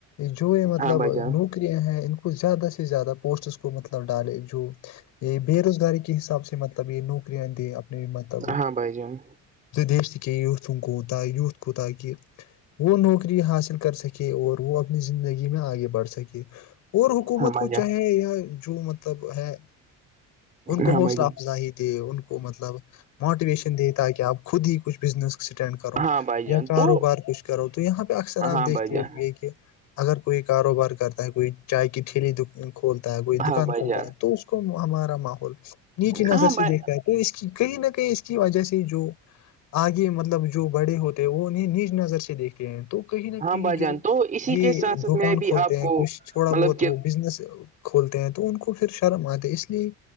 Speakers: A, on the left (about 65°); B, on the right (about 25°).
A: جو یہ مطلب
B: ہاں بھائی جان
A: نوکریاں ہیں ان کو زیادہ سے زیادہ پوسٹس کو مطلب ڈالے جو یہ بے روزگاری کے حساب سے مطلب یہ نوکریاں دے اپنی مطلب
B: ہاں بھائی جان
A: دیش ت کے یوتھ کوتاا وت کووتاا کہ وہ نوکری حاصل کر سکے اور وہ اپنی زندگی میں آگے بڑھ سکے اور حکومت
B: ہاں بھائی
A: کو
B: جان
A: چاہے یا جو مطلب ہے ان
B: ہاں
A: کو حوصلہ
B: بھائی جان
A: افزائی دے ان کو مطلب موٹیویشن دے تاکہ آپ خود ہی کچھ بزنس کرو
B: ہاں بھائی
A: یا
B: جان
A: کاروبار
B: تو
A: کچھ کرو تو یہاں پہ اکثر آپ
B: ہاں
A: دیکھتے
B: بھائی جان
A: ہو گ یہ کہ اگر کوئی کاروبار کرتا ہے کوئی چائے کی ٹھیلی کھولتا ہے کوئی دکان
B: ہاں بھائی
A: کھولتا
B: جان
A: ہے تو اس کو ہمارا ماحول نیچی نظر
B: ہاں
A: سے
B: بھائی
A: دیکھتا ہے تو اس کی کہیں نہ کہیں اس کی وجہ سے جو مطلب جو بڑے ہوتے ہیں وہ انہیں نیچ نظر سے دیکھے تو کہیں نہ
B: ہاں
A: کہیں
B: بھائی جان
A: جو
B: تو اسی
A: یہ
B: کے ساتھ ساتھ
A: دکان
B: میں بھی
A: کھولتے
B: آپ کو
A: ہیں کچھ تھوڑا
B: مطلب
A: بہت
B: کہ
A: وہ بزنس کھولتے ہیں تو ان کو پھر شرم آتے اس لیے